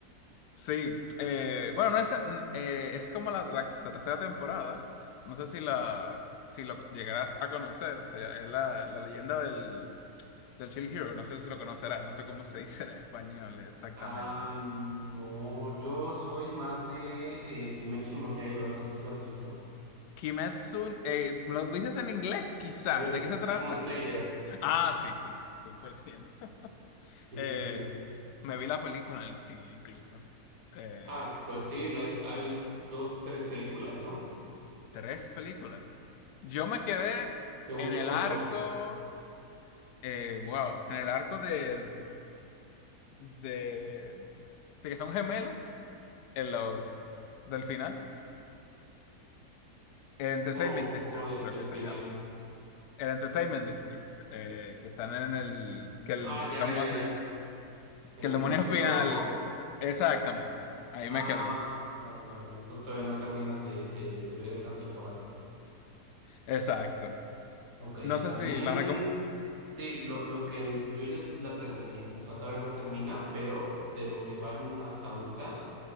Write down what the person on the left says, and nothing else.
Sí, eh, bueno, no es, ta- n- eh, es como la, la- la tercera temporada, no sé si la si lo llegarás a conocer, o sea, es la, la leyenda del, del Shield Hero, no sé si lo conocerás, no sé cómo se dice en español exactamente.
Kimetsu, eh, ¿me lo dices en inglés quizá?
¿De qué se
trata?
<laughs> Ah, sí, sí, 100%.
Eh,
me vi la película en el cine, incluso. Eh,
tres películas. Yo me quedé
en
el
arco,
eh, wow, en el arco de, de, de que son gemelos, en los del final. El Entertainment
District,
creo
que se
llama. El Entertainment District, eh, que están en el, que el,
vamos
a decir,
que el
demonio
final,
exactamente. Ahí me
quedé.
Exacto.
No sé
si
la recom-